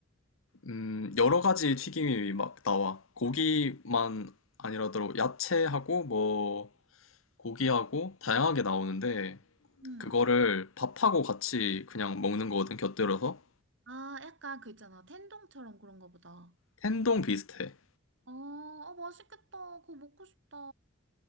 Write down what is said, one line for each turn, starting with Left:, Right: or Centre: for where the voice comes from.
Left: 음, 여러 가지 튀김이 막 나와. 고기만 아니라도 야채하고 뭐 고기하고 다양하게 나오는데,
Right: 응.
Left: 그거를 밥하고 같이 그냥 먹는 거거든, 곁들여서.
Right: 아, 약간 그 있잖아. 텐동처럼 그런 거 보다.
Left: 텐동 비슷해.
Right: 아, 아, 맛있겠다. 그거 먹고 싶다.